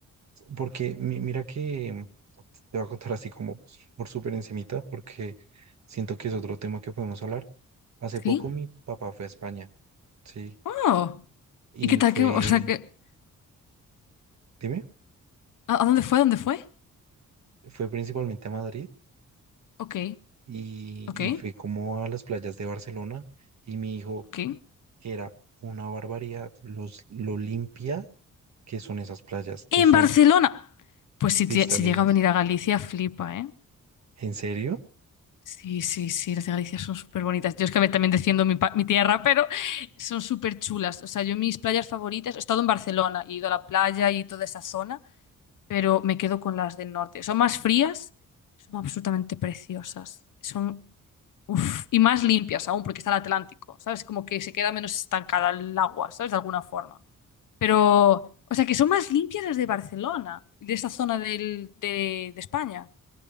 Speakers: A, on the right; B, on the left.
A: Porque mi- mira que te voy a contar así como por súper encimita, porque siento que es otro tema que podemos hablar. Hace
B: ¿Sí?
A: poco mi papá fue a España, sí,
B: ¡Oh!
A: y
B: ¿Y qué tal
A: fue,
B: que, o sea, que,
A: dime,
B: ¿a, a dónde fue? ¿A dónde fue?
A: fue principalmente a Madrid
B: Ok,
A: y,
B: ok,
A: y fue como a las playas de Barcelona y mi hijo,
B: ok.
A: que era una barbaridad, los, lo limpia que son esas playas, que
B: En
A: son
B: Barcelona. Pues si,
A: cristalinas.
B: tie- si llega a venir a Galicia, flipa, ¿eh?
A: ¿En serio?
B: Sí, sí, sí, las de Galicia son súper bonitas. Yo es que a ver, también defiendo mi, pa- mi tierra, pero son súper chulas. O sea, yo mis playas favoritas, he estado en Barcelona, he ido a la playa y toda esa zona, pero me quedo con las del norte. Son más frías, son absolutamente preciosas. Son, uf, y más limpias aún, porque está el Atlántico, ¿sabes? Como que se queda menos estancada el agua, ¿sabes? De alguna forma. Pero, o sea, que son más limpias las de Barcelona, de esa zona del- de, de España.